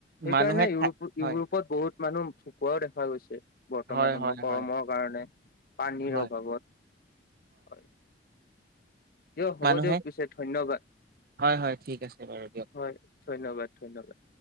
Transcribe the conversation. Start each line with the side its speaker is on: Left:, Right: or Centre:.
Left: সেইকাৰণে
Right: মানুহে
Left: ইউৰোপত
Right: খাই হয়,
Left: বহুত। মানুহ ঢুকুৱাও দেখা গৈছে। বৰ্তমান
Right: হয়,
Left: সময়ত
Right: হয়, হয়,
Left: গৰমৰ কাৰণে পানীৰ
Right: হয়,
Left: অভাৱত হয়। দিয়ক হ'ব
Right: মানুহে
Left: দিয়ক পিছে ধন্যবাদ।
Right: হয়, হয় ঠিক আছে বাৰু দিয়ক।
Left: হয় ধন্যবাদ ধন্যবাদ।